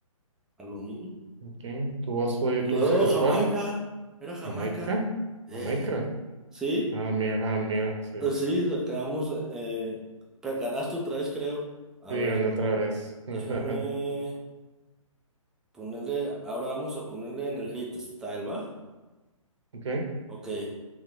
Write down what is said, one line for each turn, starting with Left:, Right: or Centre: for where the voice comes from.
Centre: ¿Aluminio?
Right: Okay. ¿Tú vas por
Centre: Luego
Right: tú fuiste por
Centre: Jamaica.
Right: cuál?
Centre: Era Jamaica.
Right: Jamaica.
Centre: Eh,
Right: Jamaica.
Centre: sí,
Right: Ah, mira, ah, mira, sí.
Centre: eh, sí, acabamos. eh, pe- ganaste otra vez, creo. A
Right: Sí,
Centre: ver,
Right: gané otra vez. <laughs>
Centre: déjame ponerle. Ahora vamos a ponerle en el grid style, ¿va?
Right: Ok.
Centre: Ok,